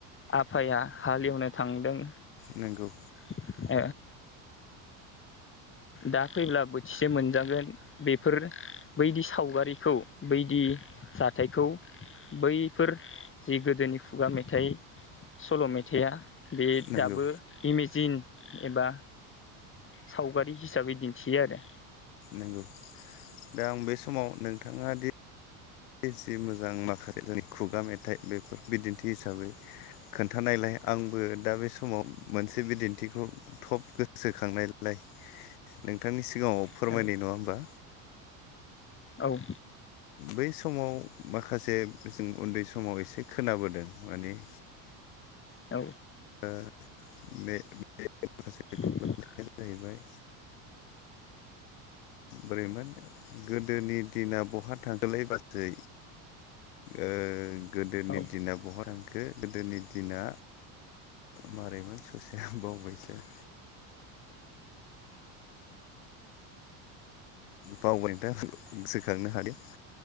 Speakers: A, on the left; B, on the left.
A: आफाया हालेवनो थांदों,
B: नोंगौ
A: <inaudible> दा फैल्बा बोथिसे मोनजागोन बेफोर बैदि सावगारिखौ बैदि मेथाइखौ बैफोर गोदोनि जि खुगा मेथाइ सल' मेथाइा बे
B: नंगौ
A: दाबो इमेजिन एबा सावगारि हिसाबै दिन्थियो आरो
B: नंगौ दा आं बे समाव नोंथाङा दि दि एसे मोजां माखासे जोंनि खुगा मेथाइ बेफोर बिदिन्थि हिसाबै खोन्थानायलाय आंबो दा बे समाव मोनसे बिदिन्थि थिखौ थब गोसोखांनायलाय नोंथांनि सिगाङाव
A: औ
B: फोरमायनि नङा होमबा
A: औ
B: बै समाव माखासे जों उन्दै समाव एसे खोनाबोदों माने
A: औ
B: ओ <unintelligible> माखासे <unintelligible>
A: <inaudible>
B: <unintelligible> जाहैबाय बोरैमोन गोदोनि दिना बहा थांखोलै बाजै ओ गोदोनि
A: औ
B: दिना बहा थांखो खो गोदोनि दिना मारैमोन ससेया बावबायसो ओ बावबाय नोंथां गोसोखांनो हादिया